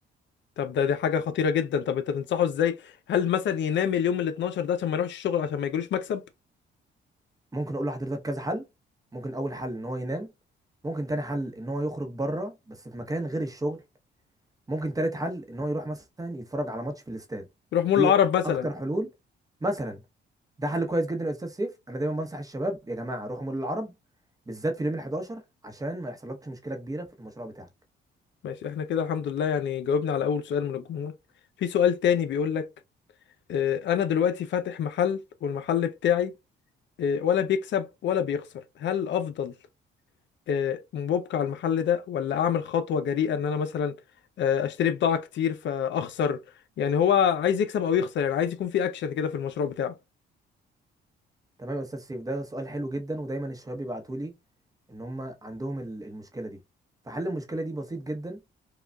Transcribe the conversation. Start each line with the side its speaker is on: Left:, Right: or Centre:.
Left: طب ده دي حاجة خطيرة جدا طب انت تنصحه ازاي هل مثلا ينام اليوم ال 12 ده عشان ما يروحش الشغل عشان ما يجيلوش مكسب
Right: ممكن اقول لحضرتك كذا حل ممكن اول حل ان هو ينام ممكن تاني حل ان هو يخرج بره بس في مكان غير الشغل ممكن تالت حل ان هو يروح مثلا يتفرج على ماتش في الاستاد
Left: يروح مول
Right: دي
Left: العرب مثلا
Right: اكتر حلول مثلا ده حل كويس جدا يا استاذ سيف انا دايما بنصح الشباب يا جماعه روحوا مول العرب بالذات في اليوم ال11 عشان ما يحصلكش مشكله كبيره في المشروع بتاعك
Left: ماشي احنا كده الحمد لله يعني جاوبنا على اول سؤال من الجمهور في سؤال تاني بيقول لك آه، انا دلوقتي فاتح محل والمحل بتاعي آه، ولا بيكسب ولا بيخسر هل الافضل آه، مبقى على المحل ده ولا اعمل خطوة جريئة ان انا مثلا آه، اشتري بضاعة كتير فاخسر يعني هو عايز يكسب او يخسر يعني عايز يكون في اكشن كده في المشروع بتاعه
Right: تمام يا استاذ سيف ده سؤال حلو جدا ودايما الشباب يبعتوا لي ان هم عندهم ال- المشكله دي فحل المشكله دي بسيط جدا